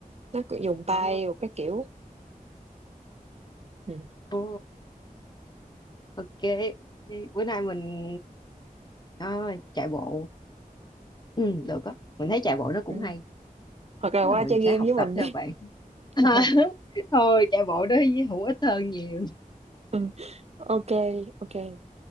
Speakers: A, on the right; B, on the left.
A: nó cứ dùng tay
B: ờ
A: rồi các kiểu ừ.
B: ờ, ok Vậy bữa nay mình à, chạy bộ ừ được á mình thấy chạy bộ nó cũng
A: Ừ.
B: hay
A: hoặc là
B: Thế
A: qua
B: là mình
A: chơi
B: sẽ
A: game
B: học
A: với mình
B: tập theo
A: đi
B: bạn <laughs>
A: <laughs>
B: thôi chạy bộ đó hữu ích hơn nhiều
A: ừ. ok ok